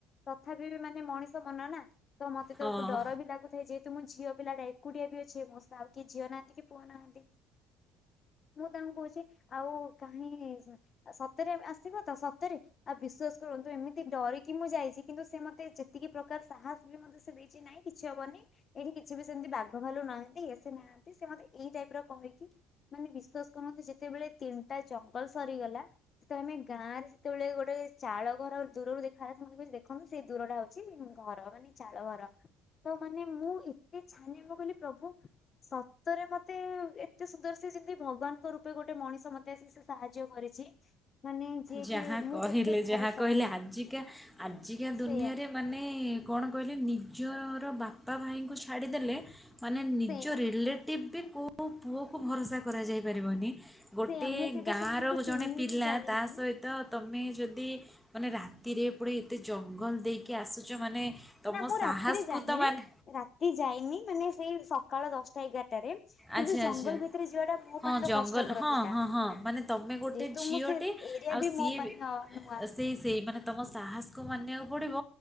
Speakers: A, on the left; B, in the centre.
A: ତଥାପି ବି ମାନେ ମଣିଷ ମନ ନା ତ ମତେ
B: ହଁ
A: ତ ଡର ବି ଲାଗୁଥାଏ ଯେ ତ ମୁଁ ଝିଅ ପିଲାଟା ଏକୁଟିଆ ବି ଅଛି। ମୋ ସଙ୍ଗେ ଆଉ କି ଝିଅ ନାହାନ୍ତି କି ପୁଅ ନାହାନ୍ତି। ମୁଁ ତାଙ୍କୁ କହୁଛି ଆଉ କାହିଁ ସତରେ ଆସିବ ତ ସତରେ। ଆଉ ବିଶ୍ଵାସ କରନ୍ତୁ ଏମିତି ଡରିକି ମୁଁ ଯାଇଛି କିନ୍ତୁ ସେ ମତେ ଯେତିକି ପ୍ରକାର ସାହସ ବି ମୋତେ ସେ ଦେଇ କିଛି ନାଇଁ କିଛି ହବନି। ଏଇଠି କିଛି ବି ସେମିତି ବାଘ ଭାଲୁ ନାହାନ୍ତି ଇଏ ସେ ନାହାନ୍ତି ସେ ମତେ ଏଇ ଟାଇପର କହିକି ମାନେ ବିଶ୍ଵାସ କରନ୍ତୁ ଯେତେବେଳେ ତିନିଟା ଜଙ୍ଗଲ ସରିଗଲା ତ ଆମେ ଗାଁରେ ଯେତେବେଳେ ଗୋଟେ ଚାଳ ଘର ଦୂରରୁ ଦେଖାଗଲା ସେ ମୋତେ କହୁଛି ଦେଖନ୍ତୁ ସେଇ ଦୂରଟା ଅଛି। ଘର ମାନେ ଚାଳ ଘର ତ ମାନେ ମୁଁ ଏତେ ଛାନିଆ ମୁଁ ମାନେ କହିଲି ହେ ପ୍ରଭୁ ସତରେ ମତେ ଏତେ ସୁନ୍ଦର ସେ ଯେମିତି ଭଗବାନଙ୍କ ରୂପେ ଗୋଟେ ମଣିଷ ମତେ ଆସିିକ ସେ ସାହାଯ୍ୟ ଯୋଉ କରିଛି। ମାନେ ଯିଏ
B: ଯାହା
A: କି ମୁଁ
B: କହିଲେ
A: ଏତେ ଭରସା
B: ଯାହା କହିଲେ ଆଜିକା ଆଜିକା ଦୁନିଆରେ
A: ସେଇଆ
B: ମାନେ କଣ କହିଲେ ନିଜର ବାପା ଭାଇଙ୍କୁ ଛାଡ଼ିଦେଲେ ମାନେ ନିଜ
A: ସେଇଆ
B: ରିଲେଟିଭ ବି କେଉଁ ପୁଅକୁ ଭରସା କରାଯାଇ ପାରିବନି। ଗୋଟେ
A: ସେଇଆ ମୁଁ କେବେ
B: ଗାଁର
A: ସେମାନଙ୍କୁ ଚିହ୍ନିନି
B: ଜଣେ ପିଲା
A: ଜାଣିନି
B: ତ ତମେ ଯଦି ମାନେ ରାତିରେ ପୁଣି ଏତେ ଜଙ୍ଗଲ ଦେଇକି ଆସିଛ ମାନେ ତମ
A: ନା ମୁଁ ରାତିରେ
B: ସାହସକୁ
A: ଯାଇନି
B: ତ ମାନେ
A: ରାତି ଯାଇନି ମାନେ ସେଇ ସକାଳ ଦଶଟା ଏଗାରଟାରେ କିନ୍ତୁ
B: ଆଚ୍ଛା
A: ଜଙ୍ଗଲ
B: ଆଚ୍ଛା
A: ଭିତରେ ଯିବାଟା ମୋ
B: ହଁ
A: ପାଇଁ
B: ଜଙ୍ଗଲ
A: ତ କଷ୍ଟକର
B: ହଁ
A: ଥିଲା।
B: ହଁ ହଁ ମାନେ ତମେ ଗୋଟେ
A: ଯେହେତୁ
B: ଝିଅଟେ
A: ମୁଁ ସେ ଇଏ
B: ଆଉ
A: ବି
B: ସିଏ
A: ମୋ ପାଇଁ ହଁ ନୂଆ।
B: ସେଇ ସେଇ ମାନେ ତୁମ ସାହସକୁ ମାନିବାକୁ ପଡ଼ିବ।